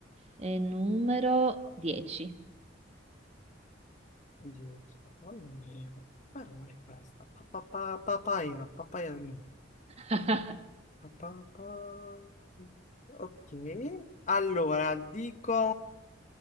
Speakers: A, on the right (about 35°); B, on the left (about 40°).
A: e numero 10.
B: 10. Mamma mia, che parola è questa? Pa, pa, pa- papaya, papaya, no.
A: <laughs>
B: Pa, pa- pa- Ok. Allora, dico.